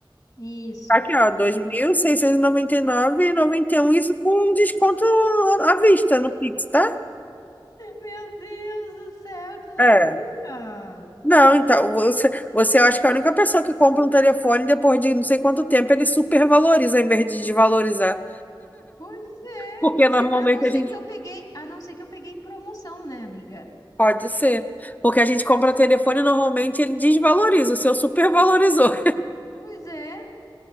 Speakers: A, on the left (about 50°); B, on the left (about 20°).
A: Isso.
B: Aqui, ó, dois
A: Aham.
B: mil
A: <laughs>
B: seiscentos noventa noventa e nove e noventa e nove um. isso com um desconto à vista no Pix, tá?
A: Meu Deus do céu, que loucura!
B: É. Não, então, você, você acha que é a única pessoa que compra um telefone e depois de não sei quanto tempo ele supervaloriza em vez de desvalorizar.
A: Pois é,
B: Porque
A: que... isso-
B: normalmente
A: a não ser
B: a gente.
A: que eu peguei, a não ser que eu peguei em promoção, né, amiga?
B: Pode ser. Porque a gente compra telefone e normalmente ele desvaloriza. O seu supervalorizou.
A: Pois é.